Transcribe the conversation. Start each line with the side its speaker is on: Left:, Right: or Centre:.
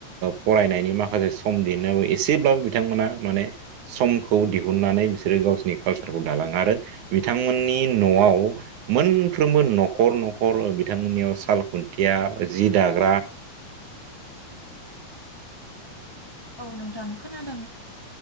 Right: फरायनायनि माखासे सम दिहुननायाबो एसेब्लाबो बिथांमोना माने समखौ दिहुननानै बिसोरो गावसिनि कालसारखौ दालाङो आरो बिथांमोननि न'आव मोनफ्रोमबो न'खर न' खर बिथांमोननियाव साल खुन्थिया जि दाग्रा।
Left: औ नोंथां खोनादों।